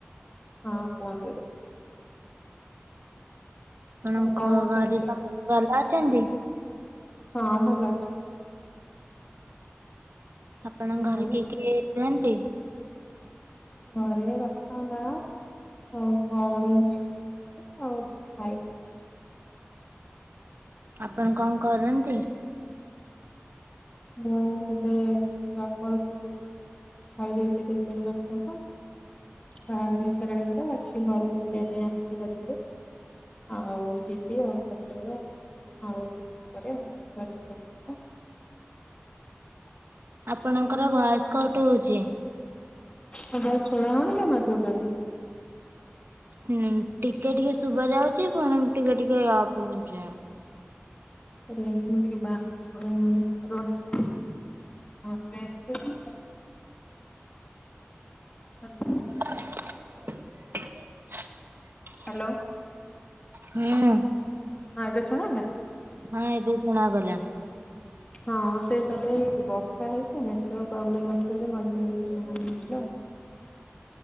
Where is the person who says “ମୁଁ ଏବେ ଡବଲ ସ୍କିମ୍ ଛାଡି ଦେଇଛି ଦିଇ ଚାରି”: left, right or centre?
Left